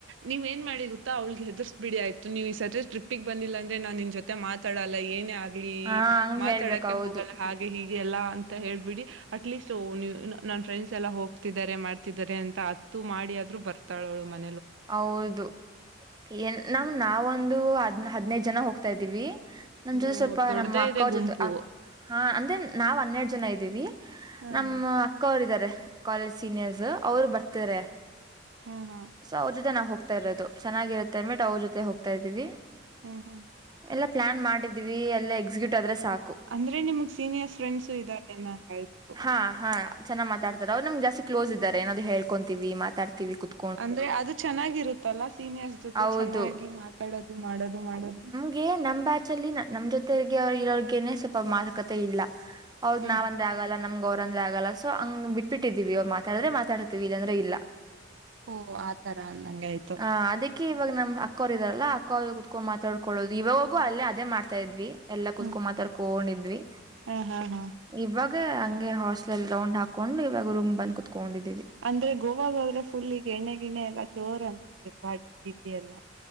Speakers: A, on the right; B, on the right.
A: ನೀವ ೇನ್ ಮಾಡಿ ಗುತ್ತಾ ಅವ್ಿಗೆ ಹೆದರಿಸಸ್ ಬಿಡಿ ಆಯ್ತು ನೀವು ಈ ಸರ್ತಿ ಟ್ರಿಿಗೆ ಬಂದಿಲ್ಲಂದ್ರೆ ನಾನ್ ನಿನ್ ಜೊತೆ ಮಾತ. ಮಾತಾಡಲ್ಲ ಏನೇ ಆಗ್ಲಿ
B: ಹಾ ಹಂಗ್
A: ಮಾತಾಡಕ್ಕೆ
B: ಹೇಳ್ಬೇಕ ಹೌದು
A: ಹೋಗಲ್ಲ ಹಾಗೆ ಹೀಗೆ ಎಲ್ಲ ಅಂತ ಹೇಬಿಡಿ. ಅಟ್ ಲೀಸ್ಟ್ ನನ್ ಫ್ರೆಂಡ್ಸ್ ಎಲ್ಲ ಹೋಗ್ತಿದ್ದಾರೆ ಮಾಡ್ತಿದ್ದಾರೆ ಅಂತ ಅತ್ತು ಮಾಡಿಾದ್ರರು ಬರ್ತಾಳಳು ಮತ್ತೆ.
B: ಹೌದು. ಏನ್ ನಮ ನಾವೊಂದು ಹದ್ ಹದ್ನೈದ ಜನ ಹೋಗ್ತಾ ಇದ್ದೀವಿ. ನಮ್ ಜೊತೆ
A: ಓ
B: ಸ್ವಲ್ಪ
A: ದೊಡ್ಡದೇ
B: ನಮ್ಮ ಅಕ್ಕ
A: ಇದೆ
B: ಅವ್ರ
A: ಗುಂಪು
B: ಜೊತೆ. ಹಾ ಅಂದ್ರೆ ನಾವ್ ಹನ್ನೆರಡು ಜನ ಇದ್ದೀವಿ
A: ಹಾ
B: ನಮ್ಮ.
A: ಹಾ
B: ಅಕ್ಕ ಅವರ್ಾರೆ ಕಾಲೇಜ್ ಸೀನಿಯರ್ಸ್ ಅವ್ರು ಬರ್ತಾರೆ.
A: ಹಾ ಹಾ-
B: ಸೊ ಅವ್ರ ಜೊತೆ ನಾ ಹೋಗತ ಇರೋದು ಚೆನ್ನಾಗಿರುತ್ತ ಅನ್ಬೇಟ್ ಅವ್ರ ಜೊತೆ ಹೋಗತ ಇದೀವಿ.
A: ಹ್ಮ್ ಹ್ಮ್-
B: ಎಲ್ಲಾ ಪ್ಲಾನ್ ಮಾಡಿದ್ವಿ ಎಲ್ಲ ಎಕ್ಸಿಕ್ಯೂಟ್ ಆದ್ರೆ ಸಾಕಕ್ು..
A: ಅಂದ್ರೆ ನಿಮಗ್ ಸೀಿಯರ್ ಫ್ರೆಂಡ್ಸ್ ಇದಾರೆ ಅಂದಂಗ್ತು.
B: ಹಾ ಹಾ ಚೆನ್ನಾಗಿ ಮಾತಡ್ತಾರೆ ಅವರು ನಮ್ ಜಾಸ್ತಿ ಕ್ಲೋಸ್ ಇದ್ದಾರೆ ಏನಾದ್ ಹೇಳ್ಕೊಂತೀವಿ ಮಾತಾಡ್ತಿೀವಿ ಕುತ್.
A: ಅಂದ್ರೆ ಅದು ಚೆನ್ನಾಗಿರುತ್ತಲ್ಲಾ ಸೀನಿಯರ್ಸ್ ಜೊತೆ
B: ಹೌದು
A: ಚೆನ್ನಾಗಿ ಮಾತಾಡೋದು ಮಾಡೋದು ಮಾಡದು್.
B: ಹಾಗ ನಮ್ ಬ್ಯಾಚಲ್ಲಿ ನಮ್ಮ ಜೊತೆಗೆ ಇರೋಗನೆ ಸ್ವಲ್ಪ ಮಾತುಕತೆ ಇಲ್ಲ. ಹೌದ
A: ಹ್ಮ್
B: ನಾವಂದೆ ಆಗಲ್ಲ ನಮ್ಗ ಅವ್ರರುಂದ್ರೆ ಆಗಲ್ಲ ಸೊ ಹಂಗ್ ಬಿಟ್ಬ ಬಿಟ್ಟಿದೀವಿ ಅವ್ ಮಾತಾಡ್ರೆ ಮಾತಾಡ್ತೀವಿ ಇಲ್ಲಾಂದ್ರೆ ಇಲ್ಲ.
A: ಓ ಆತರ ಅಂದಂಗ ಆಯ್ತು.
B: ಆ ಅದಕ್ಕೆ ಇವಾಗ ನ್ ಅಕ್ಕೋ್ರ ಇದಾರಲ್ಲ ಅಕ್ಕ ಅವರು ಕುತ್ಕೊಂಡ ಮಾತಾಡ್ಕೊಳ್ಳೋದು ಇವಾಗೂ ಅಲ್ಲೇದೇ ಮಾಡ್. ಹತಾ ಇದ್ವಿ ಎಲ್ಲಾ ಕುತ್ಕೊಂಡ
A: ಹ್ಮ್
B: ಮಾತಾರ್ ಕೊಂಡಿದ್ವಿ.
A: ಹಾ ಹಾ ಹಾ-
B: ಇವಾಗ ಹಂಗೆ ಹಾಸ್ಟ್ಲಲ್ ರೌಂಡ್ ಹಾಕೊಂಡು ಇವಾಗ ರೂಮ್ ಬಂದ್ ಕುೂತ್ಕೊಂಡಿದ್ದೀವಿ.
A: ಅಂದ್ರೆ ಗೋವಾಗಾದ್ರೆ ಫುಲ್ ಈಗ ಎಣ್ಣೆ ಗಿಣೆ ಎಲ್ಲ ಚೋರ್ ಅನ್ಸತ್ೆ ಪಾಟಿ ಗಿಟಿ ಎಲ್ಲ.